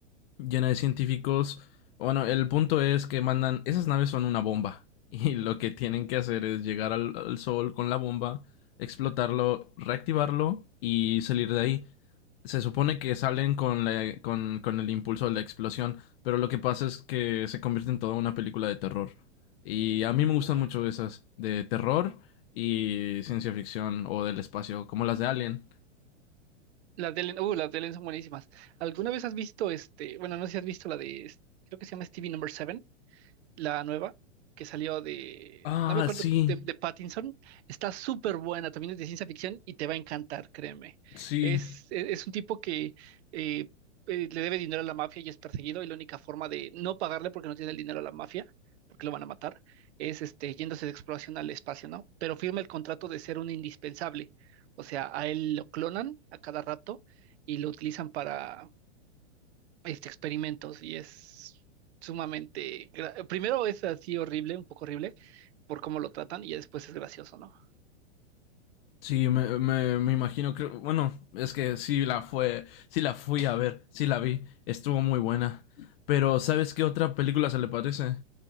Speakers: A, on the left (about 55°); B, on the right (about 65°).
A: llena de científicos. Bueno, el punto es que mandan, esas naves son una bomba <laughs> y lo que tienen que hacer es llegar al, al sol con la bomba, explotarlo, reactivarlo y salir de ahí. Se supone que salen con, la- con, con el impulso de la explosión, pero lo que pasa es que se convierte en toda una película de terror. Y a mí me gustan
B: uf.
A: mucho esas, de terror y ciencia ficción o del espacio, como las de Alien.
B: Las de Ellen, uh, las de Ellen son buenísimas. ¿Alguna vez has visto este, bueno, no sé si has visto la de, creo que se llama Stevie Number Seven la nueva que salió de,
A: Ah,
B: no me acuerdo,
A: sí,
B: de, de Pattinson, está súper buena, también es de ciencia ficción y te va a encantar, créeme.
A: sí.
B: Es, e- es un tipo que eh, eh, le debe dinero a la mafia y es perseguido y la única forma de no pagarle porque no tiene el dinero a la mafia, porque lo van a matar, es este, yéndose de exploración al espacio, ¿no? Pero firma el contrato de ser un indispensable, o sea, a él lo clonan a cada rato y lo utilizan para este, experimentos y es sumamente... gra- Primero es así horrible, un poco horrible por cómo lo tratan y ya después es gracioso, ¿no?
A: Sí, me, me, me imagino, que, bueno, es que sí la fue, sí la fui a ver, sí la vi, estuvo muy buena. Pero ¿sabes qué otra película se le parece?